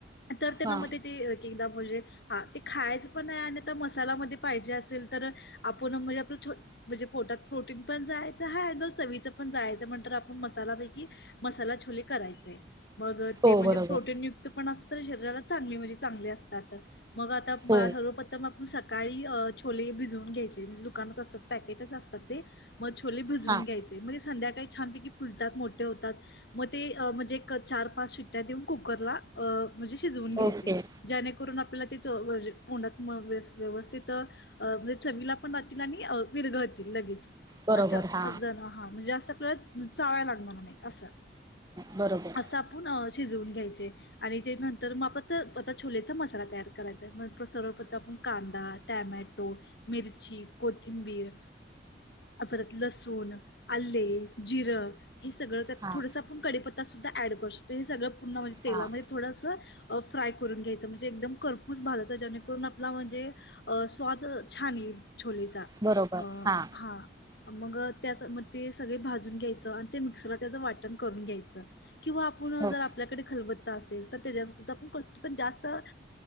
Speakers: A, on the left; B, on the right.
A: तर त्यांना
B: हां
A: मध्ये ते एक एकदा म्हणजे हा ते खायचं पण आहे आणि तर मसाला मध्यें पाहिजे असेल तर आपण म्हणजे आपल छो म्हणजे पोटात प्रोटीन पण जायच हाय जर चवीच पण जायच हा नंतर आपणं मसालापैकी मसाला छोले करायचे. मग
B: हो
A: ते म्हणजे
B: बरोबर
A: प्रोटीन युक्त पण असतय शरीराला चांगली म्हणजे चांगले असतात. मग आता मान
B: हो
A: हळू पण मग सकाळीं छोले भिजून घ्यायचे म्हणजे दुकानात असत पॅकेट असतात ते मग छोले भिजवून
B: हां
A: घ्यायचे म्हणजे संध्याकाळी छानपैकी फुलतात मोठे होतात मग ते म्हणजे एक चार पाच सिट्ट्या देऊन कुकरला अ म्हणजे शिजवून घ्यायचे
B: ओके
A: जेणेकरून आपल्याला ते चव अशी तोंडात मग व व्यवस्थित म्हणजे चवीला पण राहतील आणि विरघळतील लगेच
B: बरोबर
A: अस
B: हां
A: जण हा म्हणजे जास्त आपल्याला चावायला लागणार नाहीं असं.
B: बरोबर.
A: असं आपूणं अ शिजवूंन घ्यायचे. आणि ते नंतर मापत आता छोले चां मसाला तयांर करायचा मगं प सर्वप त आपूण कांदा, टॅमॅटो, मिर्ची, कोथिंबीर आ परत लसूण, आले, जिरं हे सगळंत
B: हां
A: थोडंस आपूण कडीपत्ता सुद्धा ऍड करू शकतो हे सगळ पूर्ण मजे तेलामध्ये.
B: हां
A: थोडस अ फ्राय करून घ्यायचं म्हणजे एकदम करपूस भाजत जेणेकरून आ पला म्हणजे अ स्वाद छान येईल छोलेचा.
B: बरोबर
A: अ
B: हा.
A: हां. मग त्याच म ते सगळे भाजून घ्यायचं आणि ते मिक्सरला त्याचं वाटण करून घ्यायचं. किंवा आपूण
B: हो
A: जर आपल्याकडे खलब त्ता असेल त्याच्यात सुद्धा आपुन <unintelligible> पन जास्त अ